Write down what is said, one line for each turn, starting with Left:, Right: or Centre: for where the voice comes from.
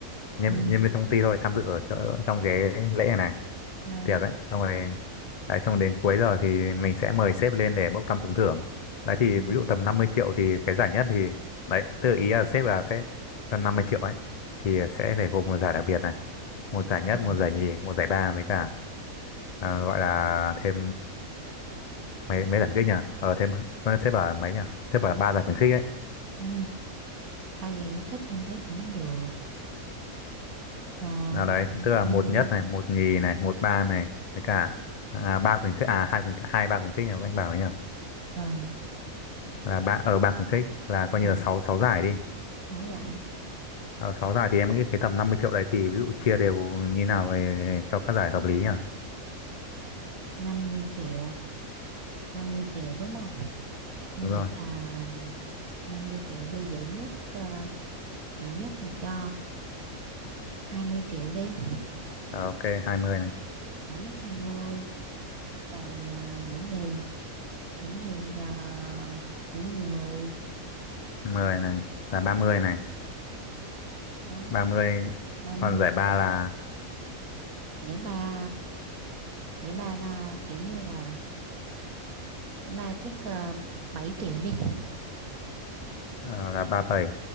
Left: nhân,
Right: Ừ.
Left: nhân viên trong công ty thôi tham dự ở chỗ, trong cái lễ này này.
Right: Vâng.
Left: tiệc ấy xong rồi đấy xong rồi đến cuối giờ thì mình sẽ mời sếp lên để bốc thăm trúng thưởng đấy thì
Right: Ừ.
Left: ví dụ tầm 50 triệu thì cái giải nhất thì đấy tự ý là sếp là sẽ cho 50 triệu ấy thì sẽ phải gồm một giải đặc biệt này một giải nhất
Right: Ừ.
Left: một giải nhì một giải ba với cả à, gọi là thêm mấy mấy giải khuyến khích nhỉ ờ thêm ờ, sếp bảo là mấy nhỉ sếp bảo là ba giải khuyến khích ấy
Right: Ừ. Ba về cái khích em thấy cũng được Ờ,
Left: nào đấy tức là
Right: ừ,
Left: một nhất này một nhì này một ba này với cả à, ba khuyến khích à hai khuyến, hai ba khuyến khích nhỉ anh bảo ấy nhỉ
Right: vâng
Left: là ba ở ba khuyến khích là coi
Right: vâng
Left: như là sáu sáu giải đi
Right: thấu giải
Left: Ờ, sáu giải thì em nghĩ cái tầm 50 triệu đấy thì ví dụ chia đều như nào về cho các giải hợp lý nhỉ?
Right: 50 triệu 50 triệu đúng không em
Left: Đúng
Right: nghĩ
Left: rồi.
Right: là 50 triệu đi dễ nhất ờ, dễ nhất là cho 20 triệu đi
Left: Ờ, ok, 20 này,
Right: dễ nhất 20 rồi ờ, dễ nhì dễ nhì ờ, dễ nhì 10
Left: 10 này, là 30 này,
Right: đó
Left: 30
Right: 30
Left: còn giải ba là
Right: dễ ba dễ ba là kiểu như là dễ ba chắc uh, 7 triệu đi
Left: ờ, là 37.